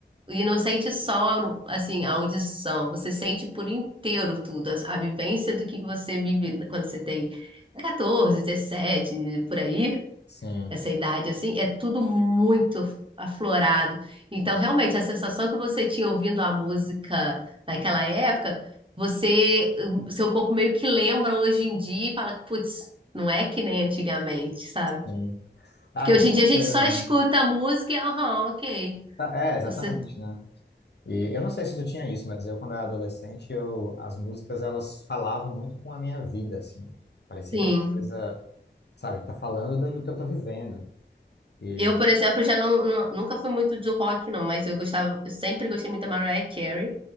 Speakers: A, on the right (about 30°); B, on the left (about 65°).
A: E não sente só, assim, a audição, você sente por inteiro tudo, a a vivência do que você vive quando você tem 14, 17 por aí,
B: sim,
A: essa idade assim, é tudo muito aflorado. Então, realmente, a sensação que você tinha ouvindo a música naquela época, você, o seu corpo meio que lembra hoje em dia e fala, putz, não é que nem antigamente, sabe?
B: sim. Ah,
A: Porque hoje
B: com certeza.
A: em dia a gente só escuta a música e, aham, ok.
B: Tá, É, exatamente,
A: Você,
B: né? E eu não sei se tu tinha isso, mas eu, quando era adolescente, eu, as músicas, elas falavam muito com a minha vida, assim. Parecia
A: sim.
B: que era uma coisa, sabe, tá falando do, do que eu tô vivendo. E,
A: Eu, por exemplo, já não, não- nunca fui muito do rock, não, mas eu gostava, eu sempre gostei muito da Mariah Carey.